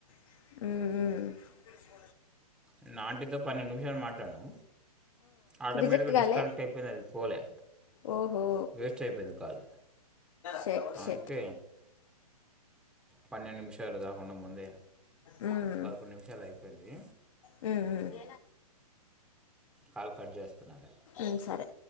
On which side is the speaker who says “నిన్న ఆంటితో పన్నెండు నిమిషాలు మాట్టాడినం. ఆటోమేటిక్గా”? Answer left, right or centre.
Centre